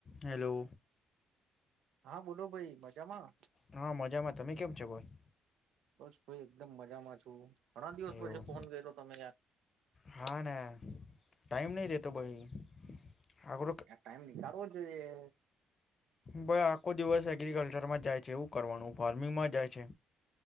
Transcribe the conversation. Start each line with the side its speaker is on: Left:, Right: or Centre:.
Left: Hello
Right: હા બોલો ભાઈ મજામાં
Left: હા મજામાં તમે કેમ છો ભાઈ
Right: બસ ભાઈ એકદમ મજામાં છું ઘણા દિવસ
Left: એવું
Right: પછી ફોન કર્યો તમે યાર
Left: હા ને ટાઈમ નહી રહેતો ભાઈ આખો
Right: ટાઈમ નીકળવો જોઈએ
Left: પણ આખો દિવસ એગ્રીિકલ્ચરમાં જાય છે એવું કરવાનું ફાર્મિંગમાં જાય છે